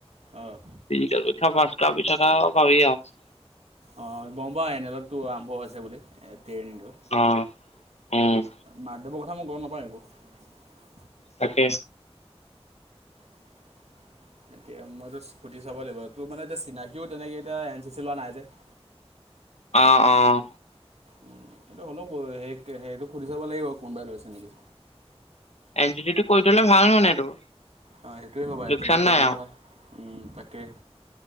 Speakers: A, on the right; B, on the left.
A: অ',
B: ফিজিকেল পৰীক্ষা পাছ কৰা পাবি আহ।
A: অ' গ'ম বা এনেলতো আৰম্ভ হৈছে বুলি। ট্ৰেইনিংটো।
B: অ' উম।
A: মাধদেৱৰ কথা মই গ'ম নাপায় <unintelligible>
B: তাকে
A: <inaudible> এতিয়া মইতো স্কুটি চাব লাগিব, তোৰ মানে এতিয়া চিনাকিও তেনেকে এতিয়া এন চি চি ল'ৰা নাই যে। <inaudible>
B: অ' অ'
A: উম, কিন্তু হ'লেও, সেই সেইটো সুধি চাব লাগিব কোনোবাই লৈছে নেকি?
B: এন চি চি টো কৰি থ'লে ভাল মানে তোৰ
A: অ' সেইটোৱে কবা এন
B: লোকচান
A: চি চি কৰি
B: নাই
A: থ'লে
B: আৰু
A: ভাল। উম, তাকেই,